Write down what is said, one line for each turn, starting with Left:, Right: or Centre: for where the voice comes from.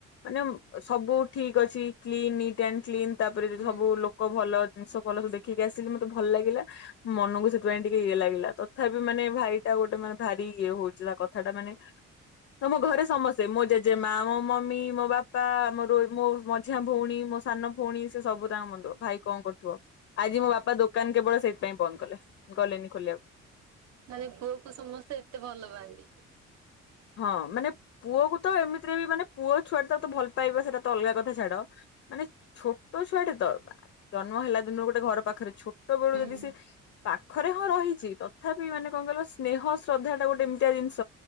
Left: ମାନେ ମ୍ ସବୁ? ଠିକ୍ଅଛି। Clean neat and clean. ତାପରେ ଯେ
Right: ହୁଁ
Left: ସବୁ ଲୋକ ଭଲ ଜିନିଷ ଭଲ ସବୁ ଦେ ଖିକି ଆସିଲି ମୁଁ। ଭଲ ଲାଗିଲା ମନକୁ ସେଥିପାଇଁ ଟିକ୍ ଇଏ ଲାଗିଲା ତଥାପି ମାନେ ଭାଇଟା ଗୋଟେ ମାନେ ଭାରି ଇଏ ହଉଥିଲା କଥାଟା ମାନେ ମୁଁ ମୋ ଘରେ ସମସ୍ତେ ମୋ ଜେଜେ ମା <unintelligible> ମମି, ମୋ ବାପା, ମୋର ମୋ ମଝିଆ ଭଉଣୀ, ମୋ ସାନ ଭଉଣୀ ସେ ସବୁ ତାଙ୍କ ମନ ଦୁଃଖ। ଭାଇ କଣ କରୁଥିବ? ଆଜି ମୋ ବାପା ଦୋକାନ କେବଳ ସେଇଥିପାଇଁ ବନ୍ଦ କଲେ। ଗଲେନି ଖୋଲିବାକୁ।
Right: ମାନେ ପୁଅକୁ ସମସ୍ତେ ଏତେ ଭଲ ପାଆନ୍ତି।
Left: ହଁ ମାନେ? ପୁଅକୁ ତ ଏମିତିରେ ବି ମାନେ ପୁଅ ଛୁଆଟା ତାକୁ ତ ଭଲ୍ ପାଇବା ସେଇଟା ତ ଅଲଗା
Right: ହୁଁ
Left: କଥା ଛାଡ। ମାନେ ଛୋଟ ଛୁଆଟେ ତ? ଜନ୍ମ ହେଲା ଦିନରୁ ଗୋଟେ ଘର ପାଖରେ ଛୋଟ ବେଳୁ
Right: ହୁଁ।
Left: ଯଦି ସେ ପାଖରେ ହଁ ରହିଚି ତ? ତଥାପି ମାନେ କଣ କହିଲ ସ୍ନେହ, ଶ୍ରଦ୍ଧା ଟା ଗୋଟେ ଏମିତିଆ ଜିନଷ